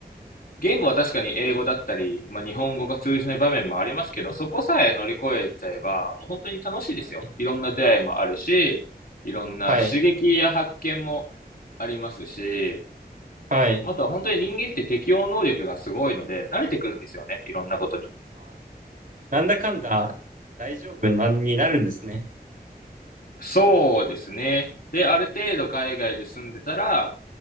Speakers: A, on the left; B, on the right.
A: 言語は確かに英語だったり、まあ、日本語が通じない場面もありますけど、そこさえ乗り越えちゃえば、もう本当に楽しいですよ。
B: はい。
A: いろんな出会いもあるし、いろんな刺激や発見も
B: はい。
A: ありますし、
B: はい。
A: あとは本当に人間って適応能力がすごいので、慣れてくるんですよね。いろんなことに。
B: あーなんだかんだ大丈夫な、になるんですね。
A: そうですね。で、ある程度海外で住んでたら、